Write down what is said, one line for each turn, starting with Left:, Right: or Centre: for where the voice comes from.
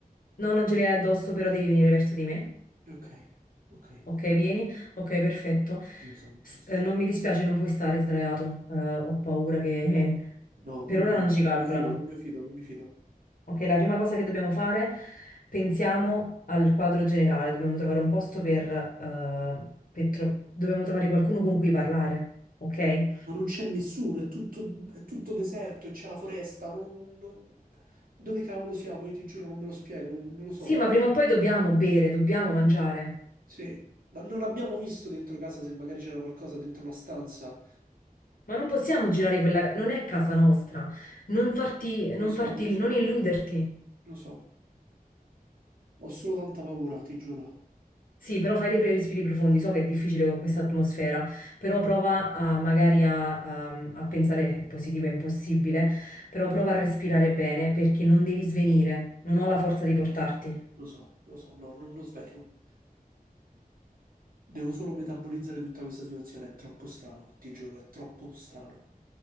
Left: no, non ce li hai addosso, però devi venire verso di me.
Right: Ok, ok.
Left: Ok, vieni. Ok, perfetto.
Right: Dio santissimo.
Left: S- eh, non mi dispiace, non puoi stare sdraiato. Eh, ho paura che eh,
Right: No,
Left: per
Right: no,
Left: ora
Right: no,
Left: non ci
Right: non
Left: calcolano.
Right: mi fido, non mi fido, non mi fido.
Left: Ok, la prima cosa che dobbiamo fare, pensiamo al quadro generale. Dobbiamo trovare un posto per, eh, per tro- dobbiamo trovare qualcuno con cui parlare. Ok?
Right: Ma non c'è nessuno, è tutto, è tutto deserto e c'è la foresta. Non, non- Dove cavolo siamo? Io ti giuro, non me lo spiego, non, non lo so.
Left: Sì, ma prima o poi dobbiamo bere, dobbiamo mangiare.
Right: Sì, ma non abbiamo visto dentro casa se magari c'era qualcosa dentro la stanza.
Left: Ma non possiamo girare quella... ca- Non è casa nostra. Non farti, non
Right: Lo so,
Left: farti,
Right: lo so,
Left: non illuderti.
Right: lo so, lo so. Ho solo tanta paura, ti giuro.
Left: Sì, però fai dei pre- respiri profondi, so che è difficile con questa atmosfera, però prova a- magari a, a- a pensare, eh, il positivo è impossibile, però prova a respirare bene perché non devi svenire, non ho la forza di portarti,
Right: Lo so, lo so, no, non lo svelo. Devo solo metabolizzare tutta questa situazione. È troppo strano, ti giuro, è troppo strano.